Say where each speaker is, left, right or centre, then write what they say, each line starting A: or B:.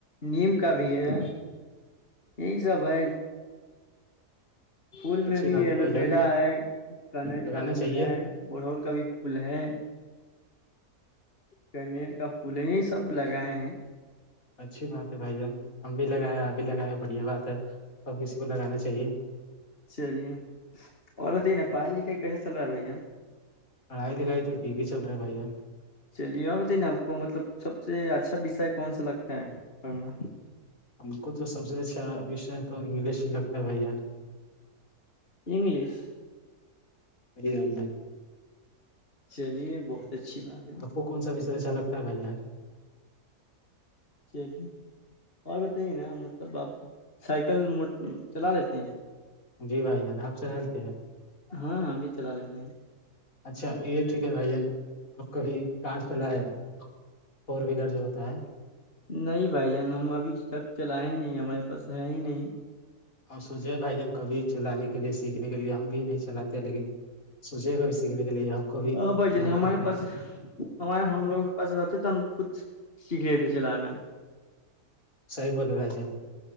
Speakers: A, on the left (about 35°); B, on the left (about 60°).
A: نیم کا بھی ہے یہ سب ہے پھول میں
B: اچھی
A: بھی
B: بات
A: ایلو
B: ہے بھائی جان
A: ویرا ہے کنل
B: لگانا
A: کا پھول
B: چاہیے
A: ہے اڑہول کا بھی پھول ہے کنیر کا پھول یہ سب لگائے ہیں
B: اچھی بات ہے بھائی جان ہم بھی لگایا اب بھی لگایا بڑھیا بات ہے سب کسی کو لگانا چاہیے
A: چلیے اور بتائیے نا پڑھائی لکھائی کیسے چل رہا ہے بھائی جان
B: پڑھائی لکھائی تو ٹھیک ہی چل رہا ہے بھائی جان
A: چلیے اور بتائی نا آپ کو مطلب سب سے اچھا اچھا وسے کون سا لگتا ہے پڑھنا
B: ہم کو تو سب سے اچھا وشے تو انگلش ہی لگتا ہے بھائی جان
A: انگلش
B: ا
A: چلیے بہت سچھی بات ہے
B: کو کون سا وشے اچھا لگتا ہے بھائی ار
A: چلی اور بھی توی نا مطلب آپ سائیکل م چلا لیتے ہیں
B: جی بھائی جان آپ سےلتے ہیں
A: ہاں ہم بھی چلا لیتے ہیں
B: اچھا یہ ٹھیک ہے بھائی جانپ کبھی کج چلا ہے فور ویلر جو ہوتا ہے
A: نہیں بھائی جان ہم ابھی تک چلائے ہی نہیں ہمارے پاس ہے ہی نہیں
B: اور سوچے بھائی جان کبھی چلانے کے لیے سیکھنے کے لیے ہم بھی نہیں چلاتے لیکن سوچے گا بھی سیکھنے کے لیے کو بھی
A: ہ بھائی جن
B: من
A: ہمارے
B: کرتا
A: پاس
B: ہے
A: ہمارے ہم لوگوں کے پاس رہتے تھا ہم خود سیکھ لیتے چلانا
B: صحیح بولے بھائی جان